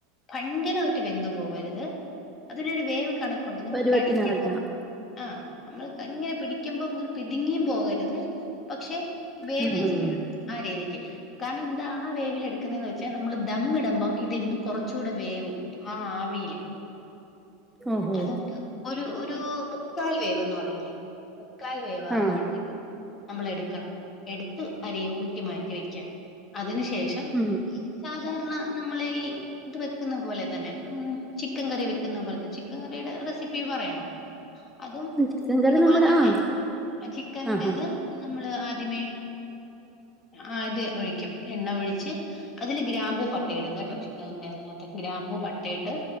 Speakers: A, on the left; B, in the centre.
A: ഭയങ്കരവായിട്ട് വെന്ത് പോവരുത്. അതിനൊരു വേവ് കണക്കുണ്ട് നമ്മൾ
B: പരുവത്തിനിറക്കണം
A: കടിക്കുമ്പോ മ്മൾ ആ നമ്മൾ ഇങ്ങനെ പിടിക്കുമ്പോ ഇങ്ങട് പിതുങ്ങിയും പോകരുത് പക്ഷെ വേവയും
B: ഉം ഉം
A: ചെയ്യണം.
B: ഉം
A: ആ രീതിക്ക് കാരണം എന്താ ആ വേവിൽ എടുക്കുന്നന്ന് വെച്ചാ നമ്മള് ദമ്മിടുമ്പം. ഇതിരുന്ന് കുറച്ചുകൂടെ വേവും ആ ആവിയില്
B: ഓഹോ
A: അതുകൊണ്ട്. ഒരു ഒരു മുക്കാൽ വേവ്ന്ന് പറയില്ലേ മുക്കാൽ വേവ് ആവുമ്പോഴത്തേക്കും.
B: ആ
A: നമ്മള എടുക്കണം എടുത്ത് അരി ഊറ്റി മാറ്റി വെക്ക അതിന് ശേഷം.
B: ഉം
A: സാധാരണ നമ്മള ഈ. ഇത് വെക്കുന്ന പോലെ തന്നെ ഉം ചിക്കൻ കറി വെക്കുന്ന പോലെ തന്നെ ചിക്കൻ കറിയുടെ റെസിപ്പി പറയണോ? അതും
B: ചിക്കൻ കറി
A: ഇതുപോലെ
B: നമ്മുടെ
A: തന്നെ
B: ആ
A: ചിക്കൻറത്.
B: ആ ആ
A: നമ്മള് ആദ്യമേ ആഹ് ഇത് ഒഴിക്കും എണ്ണ ഒഴിച്ച് അതില് ഗ്രാമ്പൂ പ ട്ട ഇടും കേട്ടോ ചിക്കൻന്റെ അതിനകത്ത് ഗ്രാമ്പൂ പട്ടയിട്ട്.